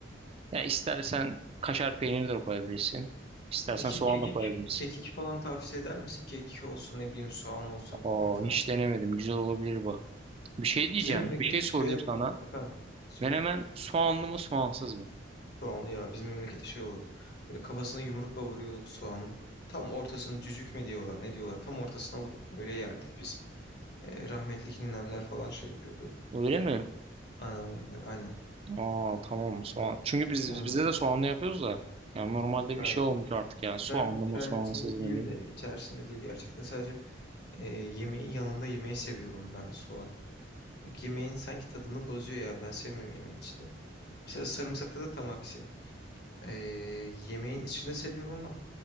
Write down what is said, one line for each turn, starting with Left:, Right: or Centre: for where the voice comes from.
Right: Ya istersen kaşar peyniri de koyabilirsin. İstersen
Left: Peki
Right: soğan
Left: kekik,
Right: da koyabilirsin.
Left: kekik falan tavsiye eder misin? Kekik olsun ne bileyim soğan olsun
Right: Aa
Left: falan filan.
Right: hiç denemedim. Güzel olabilir bak. Bir şey diyeceğim.
Left: Bizim memlekette
Right: Bir şey sorayım
Left: şey yapıyordu.
Right: sana.
Left: Efendim sor.
Right: Menemen soğanlı mı soğansız mı?
Left: Soğanlı ya bizim memlekette şey olurdu. Böyle kafasına yumrukla vuruyorduk soğanın. Tam ortasını cücük mü diyorlar ne diyorlar. Tam ortasını alıp öyle yerdik biz. E, rahmetli ninemler falan şey yapıyordu.
Right: Öyle mi?
Left: Anneannemler aynen.
Right: Aa tamam soğan. Çünkü biz
Left: On,
Right: bize de soğanlı yapıyoruz da. Yani normalde
Left: yok ben
Right: bir şey olmuş artık yani soğanlı
Left: ben içerisinde
Right: mı soğansız mı
Left: değil
Right: diye.
Left: de içerisinde değil gerçekten sadece e, yemeğin yanında yemeği seviyorum ben soğanı. Yok, yemeğin sanki tadını bozuyor ya ben sevmiyorum yemeğin içinde. Mesela sarımsakta da tam aksi. E, yemeğin içinde seviyorum ama